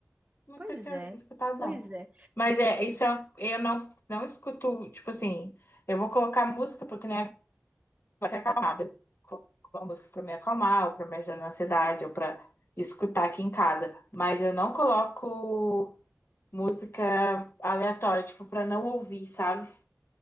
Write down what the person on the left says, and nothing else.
nunca
tinha
escutado,
não.
Mas é, isso é, um- eu não, não escuto, tipo assim, eu vou colocar música porque nem vai se acalmar. beleza? Vou colocar uma música para me acalmar, ou para me ajudar na ansiedade, ou para escutar aqui em casa. Mas eu não coloco música aleatória, tipo, para não ouvir, sabe?